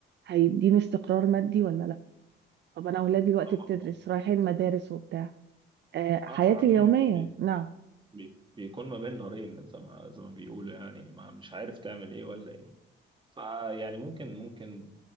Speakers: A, on the right; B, on the right.
A: هيديني استقرار مادي ولا لا طب انا اولادي دلوقتي
B: اه
A: بتدرس
B: اه
A: رايحين مدارس وبتاع أه حياتي
B: اه فحرفيا
A: اليوميه
B: بي
A: نعم
B: بي بيكون ما بين نارين زي ما زي ما بيقولوا يعني ما مش عارف تعمل ايه ولا ايه فيعني ممكن ممكن